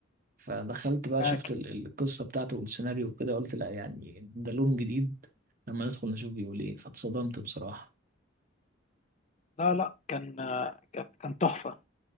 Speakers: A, on the right (about 45°); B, on the left (about 35°).
A: فدخلت بقى
B: معاك
A: شفت ال- ال- القصة بتاعته والسيناريو وكده قلت لا يعني ده لون جديد لما ندخل نشوف بيقول ايه فاتصدمت بصراحة
B: لا لا كان كان كان تحفه